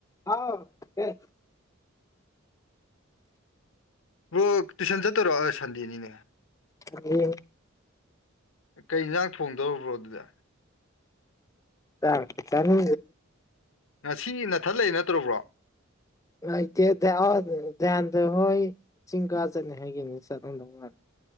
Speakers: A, on the left; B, on the left.
A: ꯑꯥꯎ ꯌꯦ
B: ꯔꯣ ꯇ꯭ꯨꯁꯟ ꯆꯠꯇꯧꯔꯣ ꯁꯟꯗꯦꯅꯤꯅꯦ
A: ꯎ
B: ꯀꯩ ꯌꯦꯟꯖꯥꯛ ꯊꯣꯡꯗꯔꯕ꯭ꯔꯣ ꯑꯗꯨꯗ
A: ꯆ ꯆ ꯑꯗꯨ
B: ꯉꯁꯤ ꯅꯊꯠꯂꯛꯏꯦ ꯅꯠꯇ꯭ꯔꯔꯕ꯭ꯔꯣ
A: ꯂꯩꯇꯦ ꯙ꯭ꯌꯥꯟꯗ ꯍꯣꯏ ꯆꯤꯡ ꯀꯥ ꯆꯠꯅꯤ ꯍꯥꯏꯒꯦꯅꯤ ꯆꯠꯅꯝꯗꯧ ꯃꯥꯜꯂꯦ